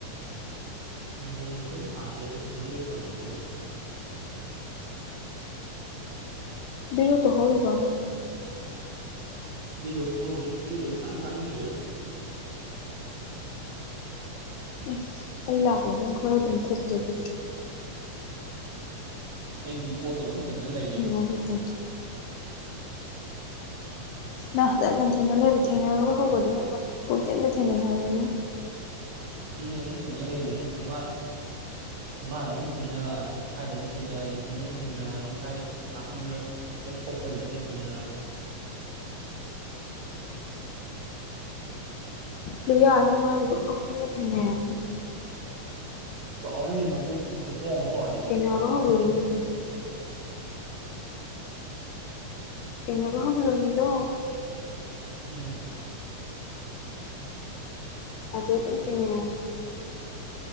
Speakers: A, on the right; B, on the left.
A: ꯍꯤꯡꯒꯣꯟ ꯀꯦꯝ ꯊꯥꯗ꯭ꯔꯦꯗ ꯍꯧꯖꯤꯛ ꯂꯣꯏ ꯀꯪꯉꯦ ꯀꯩꯅ
B: ꯕꯤꯔꯨꯇꯣ ꯍꯣꯠꯂꯤꯕꯣ
A: ꯕꯤꯔꯨꯠ ꯍꯧꯔꯤ ꯕꯤꯔꯨꯗꯨ ꯀꯅꯥꯝ ꯆꯥꯕꯤꯗ꯭ꯔꯦꯗ
B: ꯑꯦꯁ ꯑꯩ ꯂꯥꯛꯄꯗ ꯑꯗꯨ ꯈꯔ ꯑꯗꯨꯝ ꯊꯣꯛꯀꯦ ꯑꯗꯨꯗꯤ
A: ꯑꯩꯗꯤ ꯄꯣꯠꯇꯣ ꯑꯗꯨꯝ ꯊꯦꯡꯅ ꯂꯩꯔꯦ
B: ꯑꯗꯨ ꯇ ꯅꯪ ꯍꯟꯖꯟꯖꯟ ꯊꯦꯡꯅ ꯂꯩꯔꯕ ꯊꯦꯡꯅꯔꯒ ꯍꯧꯒꯗꯤ ꯄꯨꯨꯡ ꯊꯦꯡꯗ ꯊꯦꯡꯅꯩ ꯍꯥꯏꯕꯅꯦ ꯏꯕꯨꯉꯣ
A: ꯗꯨꯅꯦ ꯑꯗꯨꯝ ꯊꯦꯡꯅ ꯂꯩꯔꯤ ꯊꯣꯡꯒꯥꯟ ꯊꯨꯡꯒꯥꯟꯗ ꯑꯃꯨꯛ ꯊꯦꯡꯅ ꯁ꯭ꯋꯥꯏꯗ ꯑꯃꯨꯛ ꯊꯦꯡꯅ ꯂꯤꯇꯤꯟꯗ ꯑꯃꯨꯛ ꯊꯦꯡꯅ ꯑꯗꯨ ꯁꯥꯏ ꯅꯥꯄꯤꯃꯔꯛ ꯍꯦꯛ ꯊꯣꯛꯄꯁꯤꯗ ꯑꯃꯨꯛ ꯊꯦꯡꯅ
B: ꯂꯨꯌꯥ ꯍꯣꯏ ꯃꯃꯥꯡꯒꯤꯗꯣ ꯄꯪꯊꯦꯡꯗ ꯊꯦꯡꯅꯩ ꯍꯥꯏꯕꯅꯦ
A: ꯆꯥꯎꯔꯦ ꯃꯀꯣꯛ ꯈꯨꯆꯥꯎ ꯑꯃ ꯆꯥꯎꯔꯦ ꯃꯀꯣꯛꯀꯗꯣ
B: ꯊꯦꯡꯅꯕ
A: ꯆꯥꯎꯔꯦ
B: ꯍꯧꯈꯤꯕ ꯃꯤꯗꯣ ꯊꯦꯡꯅꯦꯕ ꯍꯧꯈ꯭ꯔꯕ ꯃꯤꯗꯣ
A: ꯎꯝ
B: ꯑꯗꯨ ꯑꯗꯨꯝ ꯊꯦꯡꯅꯩ ꯍꯥꯏꯝ